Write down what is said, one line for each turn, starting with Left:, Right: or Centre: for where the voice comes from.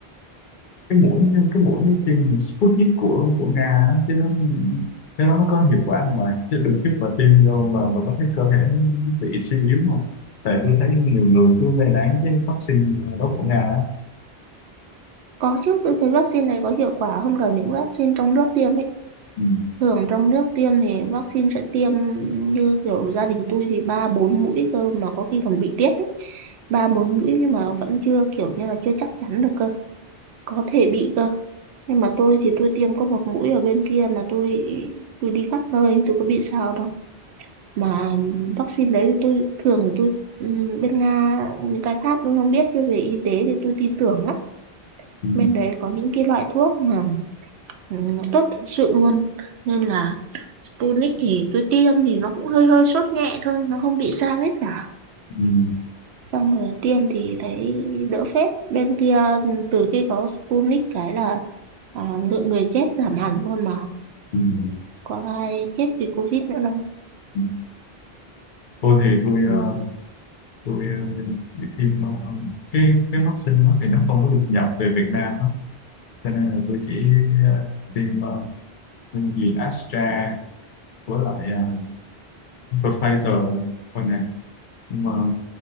Left: cái mũi cái mũi tiêm Sputnik của của Nga đó, chứ nó nếu nó có hiệu quả không bạn chứ đừng chút mà tiêm vô mà mà có thấy cơ thể nó bị suy yếu không tại tôi thấy nhiều người cứ lên án cái vaccine đó của Nga á.
Right: có chứ tôi thấy vaccine này có hiệu quả hơn cả những vaccine trong nước tiêm ấy
Left: ừ,
Right: thường trong nước tiêm thì vaccine sẽ tiêm như kiểu gia đình tôi thì ba bốn mũi cơ mà có khi còn bị tiếp ấy ba bốn mũi nhưng mà vẫn chưa kiểu như là chưa chắc chắn được cơ có thể bị cơ nhưng mà tôi thì tôi tiêm có một mũi ở bên kia mà tôi tôi đi khắp nơi tôi có bị sao đâu mà vaccine đấy thì tôi thường thì tôi ừm, bên Nga những cái khác tôi không biết nhưng về y tế thì tôi tin tưởng lắm
Left: ừ,
Right: bên đấy có những cái loại thuốc mà ừm, nó tốt thực sự luôn nên là Sputnik thì tôi tiêm thì nó cũng hơi hơi sốt nhẹ thôi nó không bị sao hết cả
Left: ừ,
Right: xong rồi tiêm thì thấy đỡ phết bên kia ừ, từ khi có Sputnik cái là à, lượng người chết giảm hẳn luôn mà
Left: ừ.
Right: có ai chết vì Covid nữa đâu
Left: ừ. tôi thì tôi
Right: ừ.
Left: ờ, tôi ờ, bị tiêm ờ, cái cái vaccine đó thì nó không có được nhập về Việt Nam đó. cho nên là tôi chỉ ờ, tiêm uh, gì Astra với lại ờ, Pfizer thôi nè nhưng mà